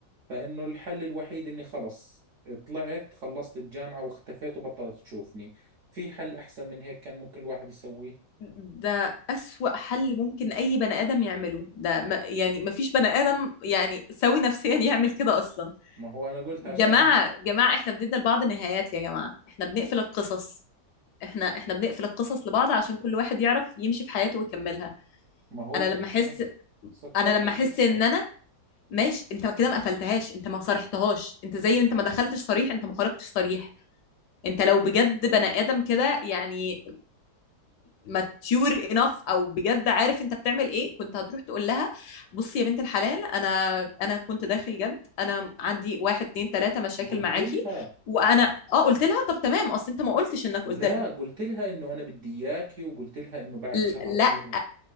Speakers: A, on the right; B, on the left.
A: فإنه الحل الوحيد إني خلص طلعت خلصت الجامعة واختفيت وبطلت تشوفني في حل أحسن من هيك كان ممكن الواحد يسويه
B: ده أسوأ حل ممكن أي بني آدم يعمله ده ما يعني ما فيش بني آدم يعني سوي نفسيا يعمل كده أصلا
A: ما هو أنا قلت
B: جماعة
A: عشان
B: جماعة إحنا بندي لبعض نهايات يا جماعة إحنا بنقفل القصص إحنا إحنا بنقفل القصص لبعض عشان كل واحد يعرف يمشي في حياته ويكملها
A: ما هو
B: أنا
A: زي
B: لما أحس
A: سكرت
B: أنا لما
A: القصة
B: أحس إن أنا ماشي أنت كده ما قفلتهاش أنت ما صرحتهاش أنت زي ما أنت ما دخلتش صريح أنت ما خرجتش صريح انت لو بجد بني ادم كده يعني ماتيور انف او بجد عارف انت بتعمل ايه كنت هتروح تقول لها بصي يا بنت الحلال انا انا كنت داخل جد انا عندي واحد اتنين تلاته مشاكل
A: قلت
B: معاكي
A: لها
B: وانا اه قلت لها طب تمام اصل انت ما قلتش انك
A: لا
B: قلت لها
A: قلت لها إنه أنا بدي إياكي وقلت لها إنه بعد
B: ل-
A: شهر
B: لا
A: أمور